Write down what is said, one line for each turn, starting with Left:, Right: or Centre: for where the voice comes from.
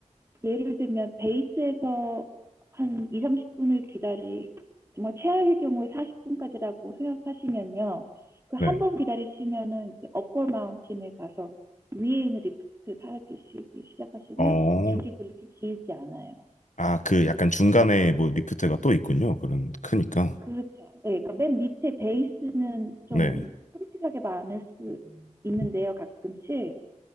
Right: 예를 들면 베이스에서 한 2, 30분을 기다리, 정말 최악의 경우에 40분까지라고 생각하시면요. 그
Left: 네.
Right: 한 번 기다리시면은 이제 업버 마운틴에 가서 위에 있는 리프트 타기 시작하시면
Left: 어.
Right: 줄이 그렇게 길지 않아요.
Left: 아, 그 약간 중간에 뭐 리프트가 또 있군요. 그런 크니까.
Right: 그렇죠. 네, 그러니까 맨 밑에 베이스는 좀
Left: 네.
Right: 끔찍하게 많을 수 있는데요,
Left: 음.
Right: 가끔씩.